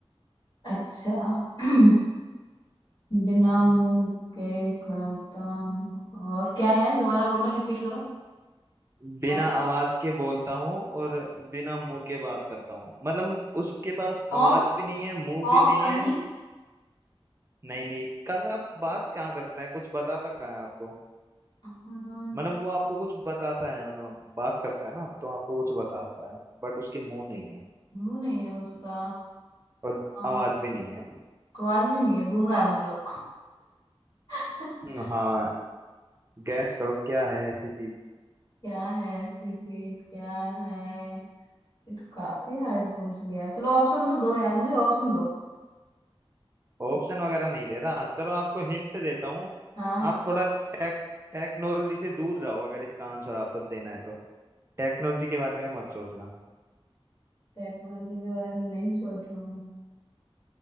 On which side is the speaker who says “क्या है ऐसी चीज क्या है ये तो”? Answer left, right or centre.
Left